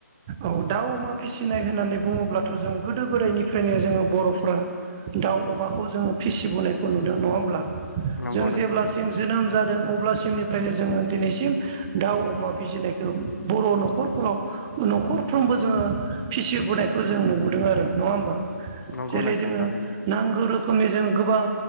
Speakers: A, on the right; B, on the left.
A: औ दाउ, अमा फिसिनाय होननानै बुङोब्लाथ' जों गोदो गोदायनिफ्रायनो जोङो बर'फोरा दाउ अमाखौ जोङो फिसिबोनायखौ नुदों नङा होमब्ला
B: नंगौ
A: जों
B: नोंथां
A: जेब्लासिम जोनोम जादों अब्लासिमनिफ्रायनो जोङो दिनैसिम दाउ, अमा फिसिनायखौ बर' न'- खरफोराव न'खरफ्रोमबो जोङो फिसिबोनायखौ जोङो नुबोदों आरो नङा होमबा
B: नंगौ
A: जेरै
B: नोंथां
A: जोङो
B: थारैनो
A: नांगौ रो- खोमनि जों गोबां